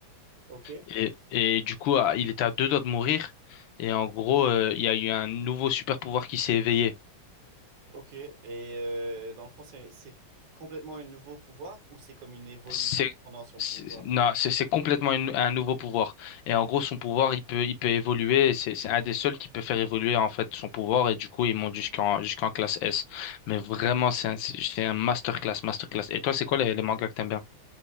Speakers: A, on the right (about 60°); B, on the left (about 75°).
A: Ok.
B: Et, et du coup, à- il était à deux doigts de mourir. Et en gros, euh, il y a eu un nouveau super pouvoir qui s'est éveillé.
A: Ok. Et euh, dans le fond, c'est, c'est complètement un nouveau pouvoir ou c'est comme une évolution
B: C'est
A: pendant son
B: c'est-
A: pouvoir?
B: non, c'est c'est complètement une- un nouveau pouvoir. Et en gros, son pouvoir, il peut, il peut évoluer. et C'est c'est un des seuls qui peut faire évoluer en fait son pouvoir. Et du coup, il monte jusqu'en jusqu'en classe S. Mais vraiment, c'est un, c'est c'est un masterclass, masterclass. Et toi, c'est quoi les, les mangas que t'aimes bien?